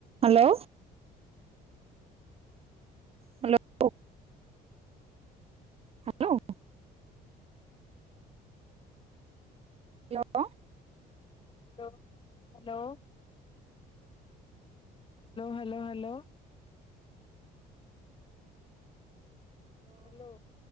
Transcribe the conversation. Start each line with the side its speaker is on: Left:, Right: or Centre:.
Right: Hello. Hello hello. Hello.
Left: Hello hello hello hello hello. Hello.